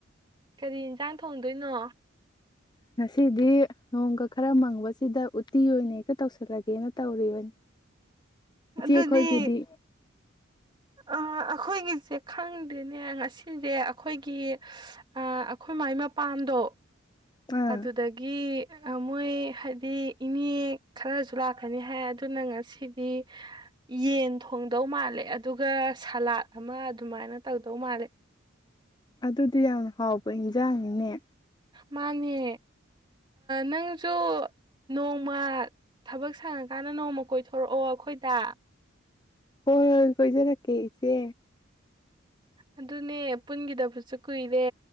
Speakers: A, on the right; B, on the left.
A: ꯀꯔꯤ ꯏ ꯆ ꯊꯣꯡꯗꯣꯏꯅꯣ
B: ꯉꯁꯤꯗꯤ ꯅꯣꯡꯒ ꯈꯔ ꯃꯪꯕꯁꯤꯗ ꯎꯠꯇꯤ ꯑꯣꯏꯅ ꯍꯦꯛꯇ ꯇꯧꯁꯤꯜꯂꯒꯦꯅ ꯇꯧꯔꯤꯕꯅꯤ ꯏꯆꯦ
A: ꯑꯗꯨꯗꯤ
B: ꯑꯩꯈꯣꯏꯒꯤꯗꯤ
A: ꯑꯩꯈꯣꯏꯒꯤꯁꯦ ꯈꯪꯗꯦꯅꯦ ꯉꯁꯤꯁꯦ ꯑꯩꯈꯣꯏꯒꯤ ꯑꯩꯈꯣꯏ ꯃꯥꯏ ꯃꯄꯥꯟꯗꯣ
B: ꯑꯥ
A: ꯑꯗꯨꯗꯒꯤ ꯃꯣꯏ ꯍꯥꯏꯗꯤ ꯏꯅꯦ ꯈꯔꯁꯨ ꯂꯥꯛꯀꯅꯤ ꯍꯥꯏ ꯑꯗꯨꯅ ꯉꯁꯤꯗꯤ ꯌꯦꯟ ꯊꯣꯡꯗꯧ ꯃꯥꯜꯂꯦ ꯑꯗꯨꯒ ꯁꯂꯥꯠ ꯑꯃ ꯑꯗꯨꯃꯥꯏꯅ ꯇꯧꯗꯧ ꯃꯥꯜꯂꯦ
B: ꯑꯗꯨꯗꯤ ꯌꯥꯝ ꯍꯥꯎꯕ ꯏꯟꯖꯥꯡꯅꯤꯅꯦ
A: ꯃꯥꯅꯦ ꯅꯪꯁꯨ ꯅꯣꯡꯃ ꯊꯕꯛ ꯁꯪꯉꯀꯥꯟꯗ ꯅꯣꯡꯃ ꯀꯣꯏꯊꯣꯔꯛꯑꯣ ꯑꯩꯈꯣꯏꯗ
B: ꯍꯣꯏ ꯍꯣꯏ ꯀꯁꯦ ꯊꯀꯦ ꯏꯆꯦ
A: ꯑꯗꯨꯅꯦ ꯄꯨꯟꯈꯤꯗꯕꯁꯨ ꯀꯨꯏꯔꯦ